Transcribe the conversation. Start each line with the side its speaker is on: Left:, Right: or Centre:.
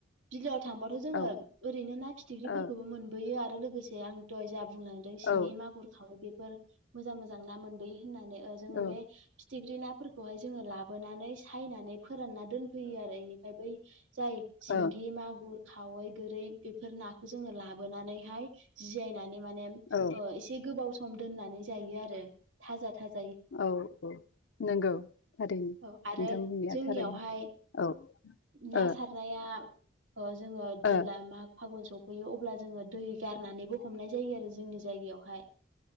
Right: बिलो आव थांबाथ' जोङो
Left: औ
Right: ओरैनो ना फिथिख्रिफोरखौबो
Left: ओ
Right: मोनबोयो आरो लोगोसे जे आं दहाय जाब बुंलांदों
Left: औ
Right: सिंगि मागुर खावै बे फोर मोजां मोजां ना मोबैयो होननानै जोङो
Left: औ ओ
Right: बे फिथिख्रि ना फोरखौहाय जोंङो लाबोनानै सायनानै फो फोरानना दोनफैयो आरो बेनिफाय बै <inaudible> जाय सिंगि
Left: ओ
Right: मागुर खावै गोरै बेफोर नाखौ जोङो लाबो बोनानै हाय जियाय नानै माने
Left: औ
Right: एसे गोबाव सम दोननानै जायो आरो थाजा थाजा
Left: औ औ नंगौ थारैनो
Right: औ आरो
Left: नोंथांनिया
Right: जोंनियावहाय
Left: थारैनो औ
Right: ना
Left: ओ
Right: सारनाया बा जोङो
Left: औ
Right: जेब्ला माग फागुन सफैयो अब्ला जोङो दै गारनानैबो हमनाय जायो आरो जोंनि जायगायावहाय